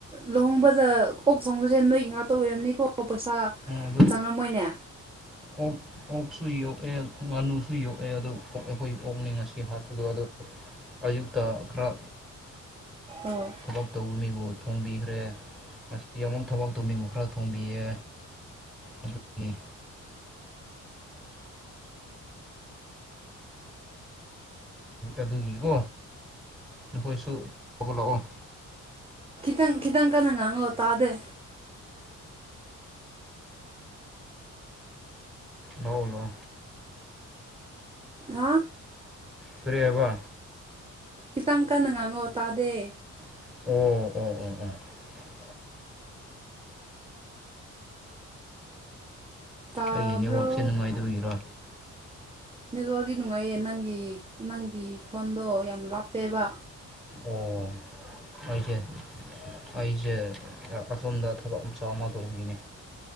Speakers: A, on the right (about 15°); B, in the centre.
A: ꯂꯨꯍꯣꯡꯕꯗ ꯑꯣꯛ ꯊꯣꯡꯕꯁꯦ ꯅꯣꯏꯒꯤ ꯉꯥꯛꯇ ꯑꯣꯏꯔꯝꯅꯤꯀꯣ ꯄꯩꯁꯥ
B: ꯑꯗꯨ
A: ꯆꯪꯉꯝꯃꯣꯏꯅꯦ
B: ꯑꯣꯛ ꯑꯣꯛꯁꯨ ꯌꯣꯛꯑꯦ ꯉꯥꯅꯨꯁꯨ ꯌꯣꯛꯑꯦ ꯑꯗꯨ ꯑꯩꯈꯣꯏ ꯑꯣꯛꯅꯤ ꯉꯁꯤ ꯍꯥꯠꯄꯗꯣ ꯑꯗꯣ ꯑꯌꯨꯛꯇ ꯈꯔ
A: ꯑꯣ
B: ꯊꯕꯛ ꯇꯧꯕ ꯃꯤꯕꯨ ꯊꯣꯡꯕꯤꯈ꯭ꯔꯦ ꯉꯁꯤ ꯑꯃꯨꯛ ꯊꯕꯛ ꯇꯨꯅꯤꯡꯕ ꯈꯔ ꯊꯣꯡꯕꯤꯌꯦ ꯑꯗꯨꯒꯤ ꯑꯗꯨꯒꯤꯀꯣ ꯅꯈꯣꯏꯁꯨ ꯇꯧꯕ ꯂꯥꯛꯑꯣ
A: ꯈꯤꯇꯪ ꯈꯤꯇꯪ ꯀꯟꯅ ꯉꯥꯡꯉꯣ ꯇꯥꯗꯦ
B: ꯂꯥꯎ ꯂꯥꯎ
A: ꯍꯥ
B: ꯀꯔꯤ ꯍꯥꯢꯕ
A: ꯈꯤꯇꯪ ꯀꯟꯅ ꯉꯥꯡꯉꯣ ꯇꯥꯗꯦ
B: ꯎꯝ ꯎ ꯑꯣ ꯎ
A: ꯇꯥꯕ꯭ꯔꯣ
B: ꯑꯩꯒꯤ ꯅꯦꯠꯋꯥꯛꯁꯦ ꯅꯨꯡꯉꯥꯏꯗꯒꯤꯔꯣ
A: ꯅꯦꯠꯋꯔꯥꯛꯇꯤ ꯅꯨꯡꯉꯥꯏꯌꯦ ꯅꯪꯒꯤ ꯅꯪꯒꯤ ꯈꯣꯟꯗꯣ ꯌꯥꯝ ꯂꯥꯞꯄꯦꯕ
B: ꯑꯣ ꯑꯩꯁꯦ ꯑꯩꯁꯦ ꯑꯁꯣꯝꯗ ꯊꯕꯛ ꯃꯆꯥ ꯑꯃ ꯇꯧꯕꯒꯤꯅꯦ